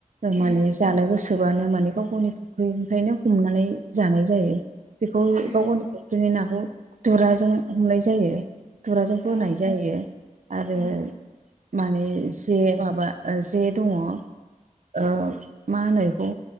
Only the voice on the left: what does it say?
उम
उम
औ
औ